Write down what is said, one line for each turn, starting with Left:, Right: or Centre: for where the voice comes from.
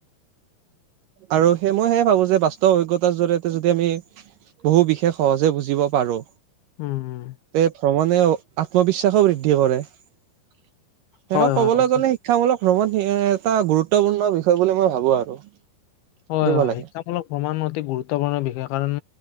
Right: আৰু সেই মই সেয়ে ভাবো যে বাস্তু অভিজ্ঞতাৰ জৰি়য়তে যদি আমি বহু বিশেষ সহজে বুজিব পাৰো।
Left: উম', উম,
Right: তে ভ্ৰমণে আত্মবিশ্বাসো বৃদ্ধি কৰে শেষক
Left: হয়,
Right: কবলৈ
Left: হয়, ঠিক।
Right: গ'লে শিক্ষামূলক ভ্ৰমণ এটা গুৰুত্বপূৰ্ণ বিষয় বুলি মই ভাবো আৰু।
Left: হয়
Right: কৰিব
Left: হয়
Right: লাগে
Left: শিক্ষামূলক ভ্ৰমণ অতি গুৰুত্বপূৰ্ণ বিষয় কাৰণ